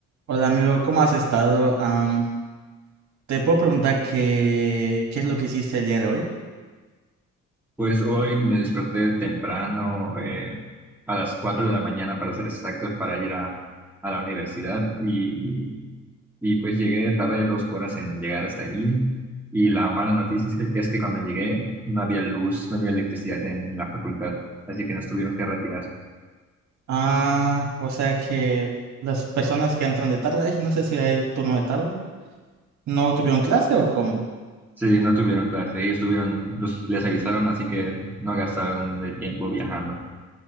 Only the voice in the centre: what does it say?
Pues hoy me desperté temprano, eh, a las 4 de la mañana para ser exactos, para ir a, a la universidad y, y pues llegué tarde dos horas en llegar hasta ahí y la mala noticia es que, es que cuando llegué no había luz, no había electricidad en la facultad, así que nos tuvieron que retirar.
Sí, no tuvieron clase, ellos tuvieron, los- les avisaron, así que no gastaron el tiempo viajando.